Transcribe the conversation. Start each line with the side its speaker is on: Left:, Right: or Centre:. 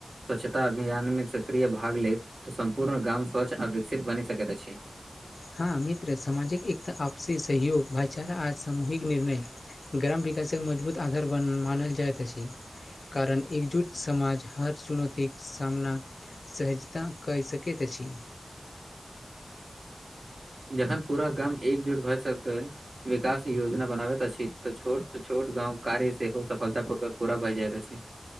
Right: स्वच्छता अभियान मे सक्रिय भाग लेैत तऽ सम्पूर्ण गाम स्वच्छ आ विकसित बनि सकैत अछि
Left: हँ मित्र सामाजिक एकता आपसी सहयोग भाईचारा आ सामूहििक निर्णय ग्राम विकासक मजबूत आधार बन मानल जाइत अछि कारण एकजुट समाज हर चुनौतीक सामना सहजता कहि सकैत अछी
Right: जखन पूरा गाम एकजुट भए सके विकास योजना बनाबैत अछि तऽ छोट सऽ छोट गाँव कार्य सेहो सफलता पूर्वक पूरा भय जाय अछि